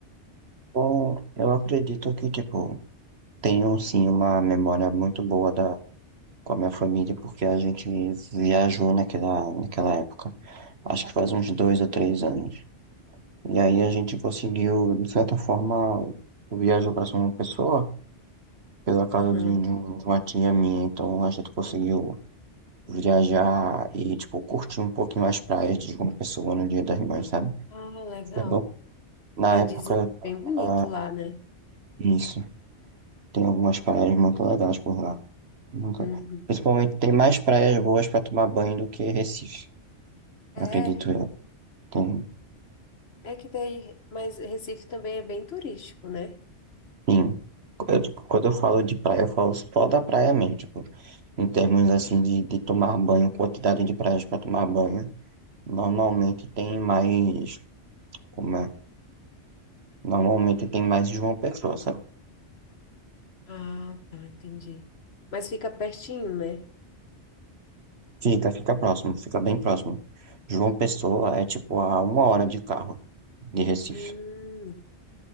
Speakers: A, on the right; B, on the left.
A: Bom, eu acredito que, tipo, tenho sim uma memória muito boa da, com a minha família, porque a gente viajou naquela, naquela época. Acho que faz uns dois
B: Hum,
A: ou três anos. E aí a gente conseguiu, de certa forma, viajou para São Pessoa, pela casa
B: Aham.
A: de, de um- de uma tia minha. Então a gente conseguiu viajar e, tipo, curtir um pouquinho as praias de João Pessoa no Dia das Mães, sabe?
B: Ah, legal.
A: Foi bom. Na
B: É,
A: época,
B: dizem que é bem bonito
A: ah,
B: lá, né?
A: isso. Tem algumas praias muito legais por lá. Muito-
B: Uhum.
A: Principalmente tem mais praias boas para tomar banho do que Recife,
B: É.
A: acredito eu. Tem,
B: É que daí, mas Recife também é bem turístico, né?
A: Sim, eu, tipo, quando eu falo de praia, eu falo só da praia mesmo, tipo, em termos assim de, de tomar banho, quantidade de praias para tomar banho, normalmente tem mais, como é? Normalmente tem mais João Pessoa, sabe?
B: Ah, tá, entendi. Mas fica pertinho, né?
A: Fica, fica próximo, fica bem próximo. João Pessoa é tipo a uma hora de carro de Recife.
B: Hum,